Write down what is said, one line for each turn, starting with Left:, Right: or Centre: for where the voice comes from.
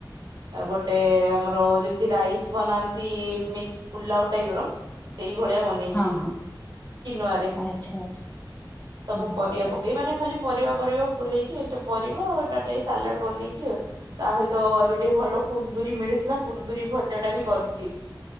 Right: ଆଉ ଗୋଟେ ଆମର ଯେମିତି ରାଇସ୍ ବନାନ୍ତି ମିକ୍ସ ପୁଲାଉ ଟାଇପର? ସେଇ ଭଳିଆ ବନେଇଛି
Left: ହଁ
Right: କି
Left: ହଁ
Right: ନୁଆରେ
Left: ଆଚ୍ଛା ଆଚ୍ଛା।
Right: ସବୁ
Left: ହଁ
Right: ପରିଆ
Left: ଆଚ୍ଛା
Right: ପକେଇ
Left: ଆଚ୍ଛା
Right: ମାନେ ଖାଲି ପରିବା ପରିବା ଫୁଲେଇଛି ଏଟେ ପରିବା ଆଉ ଏଟା ଟେ ସାଲାଡ ବନେଇଛି ଆଉ ତା ସହିତ ଏବେ ଟିକେ ଭଲ କୁନ୍ଦୁରି ମିଳିଥିଲା କୁନ୍ଦୁରି ଭଜା ଟା ବି କରିଛି।